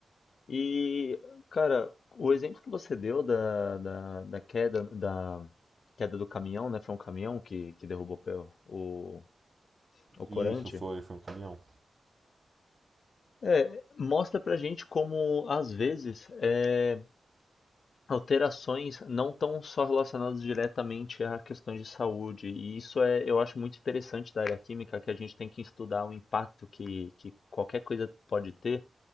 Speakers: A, on the left; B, on the right.
A: E, cara, o exemplo que você deu da, da, da queda da queda do caminhão, né? Foi um caminhão que, que derrubou pe- o, o corante.
B: Isso foi, foi um caminhão.
A: É, mostra pra gente como, às vezes, é, alterações não estão só relacionadas diretamente a questões de saúde. E isso é, eu acho muito interessante da área química, que a gente tem que estudar o impacto que, que qualquer coisa pode ter